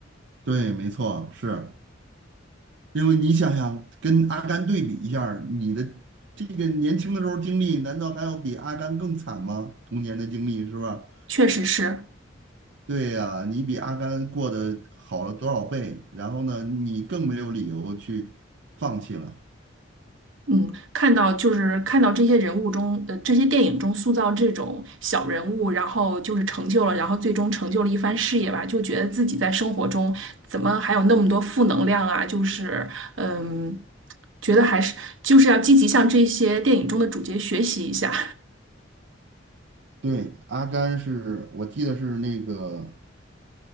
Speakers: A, on the right; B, on the right.
A: 对，没错，是因为你想想，跟阿甘对比一下儿你的这个年轻的时候经历，难道还要比阿甘更惨吗？童年的经历是吧？
B: 确实是，
A: 对呀，你比阿甘过得好了多少倍？然后呢，你更没有理由去放弃了。
B: 嗯，看到就是看到这些人物中，呃，这些电影中塑造这种小人物，然后就是成就了，然后最终成就了一番事业吧，就觉得自己在生活中怎么还有那么多负能量啊？就是，嗯，觉得还是就是要积极向这些电影中的主角学习一下。
A: 对，阿甘是我记得是那个